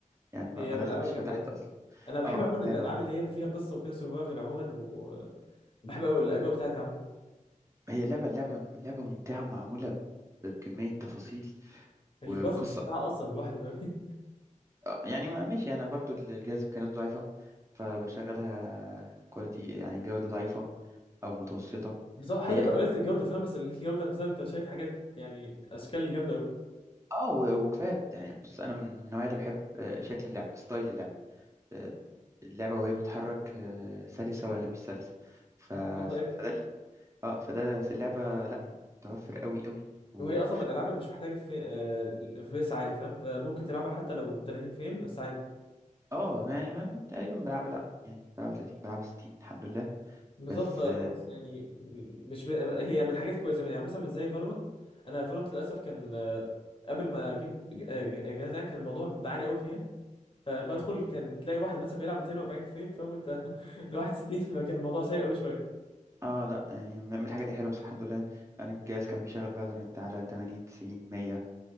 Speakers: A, on the right; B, on the left.
A: يعني ما
B: هي
A: ما
B: من
A: دخلتش
B: الالعاب الجامده
A: فتحت
B: قوي بصراحه
A: اصلا
B: انا بحب
A: اه
B: عموما
A: لعبه
B: الالعاب اللي هي فيها قصه وكده سرفايفل عموما وبحب قوي الاجواء بتاعتها عموما
A: هي لعبه لعبه لعبه ممتعه ومعموله ب- بكمية تفاصيل
B: الجرافيكس
A: و- وقصة
B: بتاعها اصلا لوحده فاهم
A: يعني ما ماشي انا برضو الجهاز امكانياته ضعيفه فبشغلها كواليتي يعني جوده ضعيفه او متوسطه
B: <laughs> بس هو حاجه
A: هي
B: لو
A: هي-
B: قللت الجوده فاهم بس الجوده نفسها انت شايف حاجات يعني اشكال جامده قوي
A: اه و- وكفايات يعني بص انا من من النوعيه اللي بحب آه، شكل اللعب ستايل اللعب آه، اللعبه وهي بتتحرك آه، سلسه ولا مش سلسه ف...
B: بالظبط ايوه
A: ف... فده ال- اه فده في اللعبه لا متوفر قوي قوي و...
B: وهي اصلا من الالعاب اللي مش محتاجه في اف بي اس عالي فاهم فممكن تلعبها حتى لو 30 فريم بس عادي
A: اه يعني ما... تقريبا بلعبها لا يعني بلعبها 30 بلعبها 60 الحمد لله
B: بالظبط
A: بس
B: فخلاص يعني مش ب... هي من الحاجات الكويسه يعني مثلا مش زي فالورانت انا فالورانت للاسف كان آه، قبل ما اجيب ج- آه، ج- جهاز يعني كان الموضوع بعاني قوي فيها فبدخل كان تلاقي واحد مثلا بيلعب 240 فريم فاهم وانت <laughs> ال 61 فكان الموضوع سيء قوي شويه
A: اه لا يعني من من الحاجات الحلوه بس الحمد لله انا الجهاز كان بيشغل فالورنت على 80 90 100